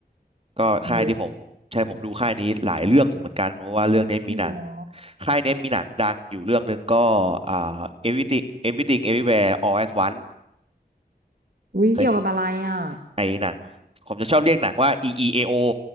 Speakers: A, on the right; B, on the right.
A: ก็ค่ายที่ผมใช่ผมดูค่ายนี้หลายเรื่องอยู่เหมือนกันเพราะว่าเรื่องนี้มีหนัง
B: เฮ้ยหรอ
A: ค่ายนี้มีหนังดังอยู่เรื่องหนึ่งก็อ่า Everything Everything Everywhere All at Once
B: อุ๊ยเกี่ยวกับอะไรอ่ะ
A: เคยไอหนังผมจะชอบเรียกหนังว่า EEAO